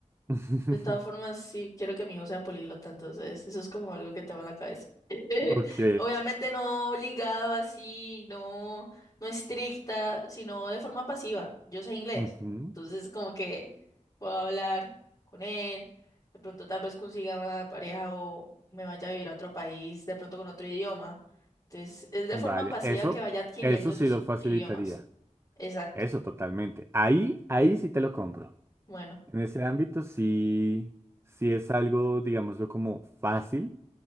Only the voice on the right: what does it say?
<laughs>
Ok.
ujú.
Vale,
eso,
eso
sí lo facilitaría.
Eso totalmente. Ahí, ahí sí te lo compro.
En ese ámbito sí, sí es algo, digámoslo, como fácil.